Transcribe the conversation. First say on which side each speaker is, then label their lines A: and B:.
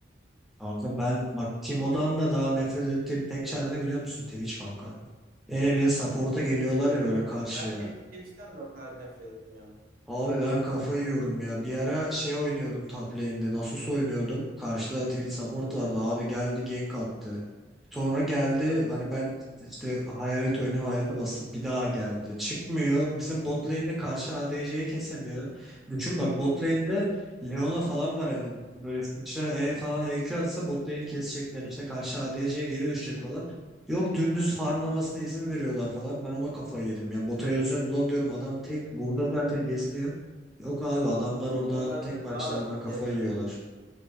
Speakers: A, in the centre; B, on the right.
A: Kanka ben bak Timo'dan da daha nefret ettiğim tek çar ne biliyor musun Twitch kanka? Hele bir de support'a geliyorlar
B: Tüh
A: ya
B: be.
A: böyle karşıya.
B: Ben Twitch, Twitch'ten de o kadar nefret etmiyorum.
A: Abi ben kafayı yiyorum ya. Bir ara şey oynuyordum top lane'de. Nasus oynuyordum. Karşıda Twitch support vardı. Abi geldi gank attı. Sonra geldi hani ben işte hayalet oyunu hayalete bastım. Bir daha geldi. Çıkmıyor. Bizim bot lane'de karşı ADC'yi kesemiyor. Düşün bak bot lane'de Leona falan var hani. Böyle sıçra E falan EQ atsa bot lane'i kesecekler. İşte karşı ADC'ye geri düşecek falan. Yok dümdüz farmlamasına izin veriyorlar falan. Ben ona kafayı yedim ya. Bota yazıyorum. Ulan diyorum adam tek burada zaten geziniyor. Yok abi adamlar
B: Onlar
A: orada tek
B: da
A: başlarına
B: daha da fit
A: kafayı
B: ya değil mi?
A: yiyorlar.